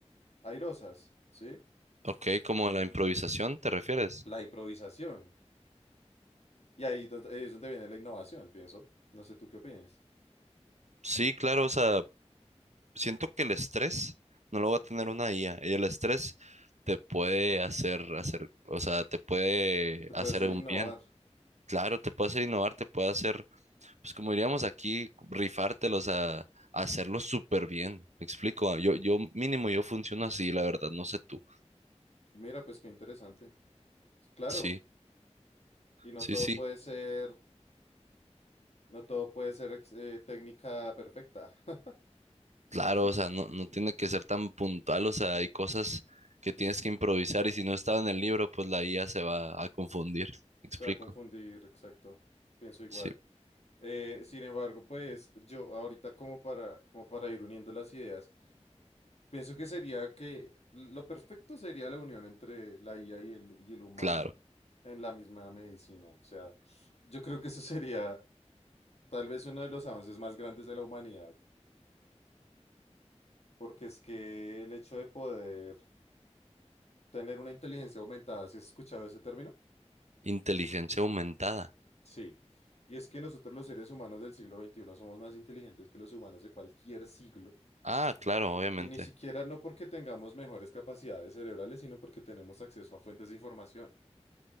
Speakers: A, on the left (about 65°); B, on the right (about 75°).
A: airosas, ¿sí?
B: Ok, como la improvisación, ¿te refieres?
A: La improvisación. Y ahí don- ahí es donde viene la innovación, pienso. No sé tú qué opinas.
B: Sí, claro, o sea, siento que el estrés no lo va a tener una IA. Y el estrés te puede hacer, hacer, o sea, te puede
A: Se
B: hacer
A: puede hacer
B: un
A: innovar.
B: bien. Claro, te puede hacer innovar, te puede hacer pues como diríamos aquí, rifártelos a, a hacerlo súper bien. Me explico, Ah, yo, yo mínimo yo funciono así, la verdad, no sé tú.
A: Mira, pues qué interesante. Claro,
B: Sí,
A: y no
B: sí,
A: todo
B: sí.
A: puede ser, no todo puede ser ex- eh, técnica perfecta. <laughs>
B: Claro,
A: Existe.
B: o sea, no, no tiene que ser tan puntual, o sea, hay cosas que tienes que improvisar y si no estaba en el libro, pues la IA se va a confundir. Me explico.
A: Se va a confundir, exacto. Pienso igual.
B: Sí,
A: Eh, sin embargo, pues yo ahorita como para, como para ir uniendo las ideas, pienso que sería que lo perfecto sería la unión entre la IA y el, y el humano
B: claro.
A: en la misma medicina. O sea, yo creo que eso sería Tal vez uno de los avances más grandes de la humanidad, porque es que el hecho de poder tener una inteligencia aumentada, ¿sí has escuchado ese término?
B: Inteligencia aumentada.
A: Sí. Y es que nosotros los seres humanos del siglo veintiuno somos más inteligentes que los humanos de cualquier siglo.
B: Ah, claro, obviamente.
A: Y ni siquiera no porque tengamos mejores capacidades cerebrales, sino porque tenemos acceso a fuentes de información.